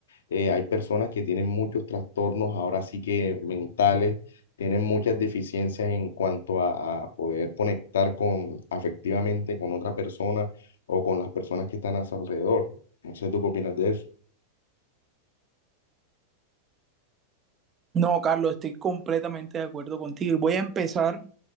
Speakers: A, on the left; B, on the right.
A: eh, hay personas que tienen muchos trastornos, ahora sí que mentales, tienen muchas deficiencias en cuanto a, a poder conectar con afectivamente con otra persona o con las personas que están a su alrededor. No sé, ¿tú qué opinas de eso?
B: No, Carlos, estoy completamente de acuerdo contigo. Y voy a empezar